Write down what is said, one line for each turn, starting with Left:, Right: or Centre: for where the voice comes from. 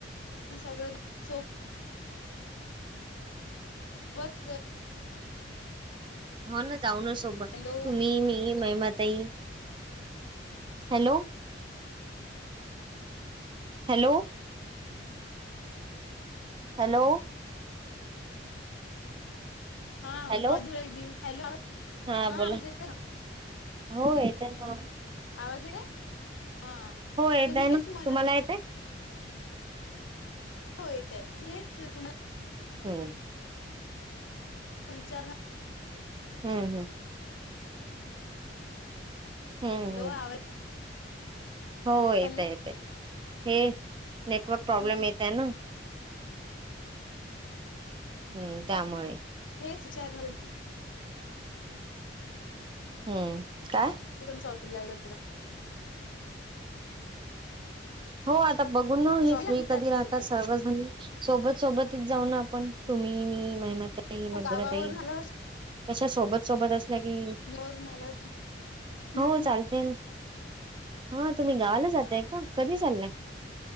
Left: सब सो होत.
Right: हो ना जाऊ ना सोबत
Left: हॅलो
Right: तुम्ही मी महीमातई हॅलो. हॅलो. हॅलो.
Left: हा
Right: हॅलो
Left: मजू राहि त हॅलो
Right: हा बोला
Left: आवाज येत.
Right: हो येत ना.
Left: आवाज येते हा
Right: हो येत
Left: तर मी
Right: आहे ना
Left: हेच म्हणत
Right: तुम्हाला येतंय.
Left: हो येतय हेच तुम्हाला
Right: होम्.
Left: विचार.
Right: हम्म हम्म. हम्म हम्म
Left: हॅलो आवाज.
Right: हो येत
Left: हॅलो
Right: येत हे नेटवर्क प्रॉब्लेम
Left: मी
Right: येत आहे ना. हम्म त्यामुळे
Left: न <unintelligible>
Right: हम्म काय
Left: शॉपिंग ला एकत्र
Right: हो आता बघून ना हे
Left: शॉपिंगला
Right: फ्री
Left: चालायचं
Right: कधी राहतात
Left: एकत्र
Right: सर्वजण सोबत सोबत जाऊ ना आपण तुम्ही मी मा मजुरातही
Left: गावावरून आल्यावर
Right: कशा सोबत सोबत असल्या की
Left: वरून आल्यावर हम्म
Right: हो चालते हा तुम्ही गावाला जातय का कध चाललंय